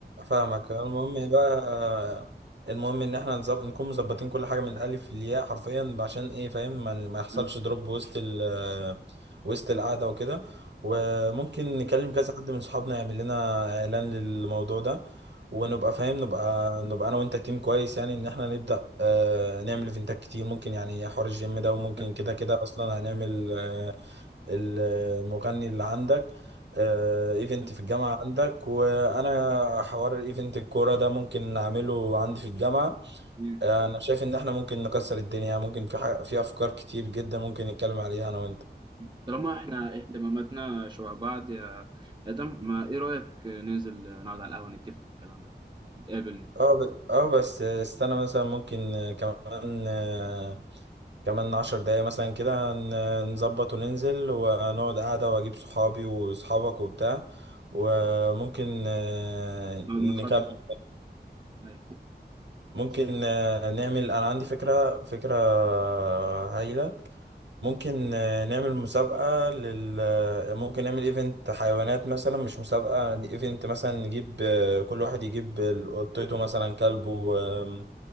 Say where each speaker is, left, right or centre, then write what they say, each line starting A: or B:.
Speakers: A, on the right; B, on the right.
A: فاهمك المهم بقى المهم ان احنا نظب... نكون مظبطين كل حاجه من الالف للياء حرفيا عشان ايه فاهم ما, ما يحصلش
B: مم.
A: دروب وسط ال... وسط القعده وكده وممكن
B: ده.
A: نكلم كذا حد من صحابنا يعمل لنا اعلان للموضوع ده ونبقى
B: مم.
A: فاهم نبقى نبقى انا وانت تيم كويس يعني ان احنا نبدا آه... نعمل ايفنتات كتير ممكن يعني حوار الجيم ده وممكن
B: ده.
A: كده كده اصلا هنعمل آه، المغني اللي عندك آه، ايفنت
B: ده.
A: في الجامعة عندك وانا حوار الايفنت الكورة ده ممكن نعمله عندي في الجامعة
B: مم.
A: آه، انا شايف ان احنا ممكن نكسر الدنيا ممكن في حاجة في افكار كتير جدا ممكن نتكلم عليها انا وانت
B: مم. طالما احنا اهتماماتنا شبه بعض يا ادم ما ايه رأيك ننزل نقعد على القهوة نتفق في الكلام ده نتقابل
A: اه ب... اه بس استنى مثلا ممكن كمان آه، كمان عشر دقايق مثلا كده ن- نظبط وننزل ونقعد قعدة واجيب صحابي وصحابك وبتاع وممكن آه،
B: نقعد
A: نكمل
B: نخطط أيوة.
A: ممكن
B: صح.
A: آه، نعمل انا عندي فكرة فكرة آه، هايلة ممكن آه، نعمل مسابقة لل آه، ممكن نعمل ايفنت حيوانات مثلا مش مسابقة ايفنت مثلا نجيب آه، كل واحد يجيب ال- قطته مثلا كلبه آم،